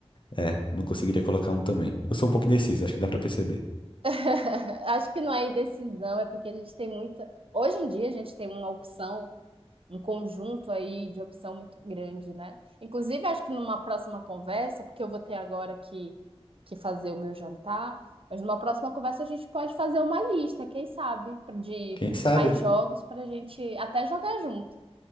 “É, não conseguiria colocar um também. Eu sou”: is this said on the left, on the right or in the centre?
Left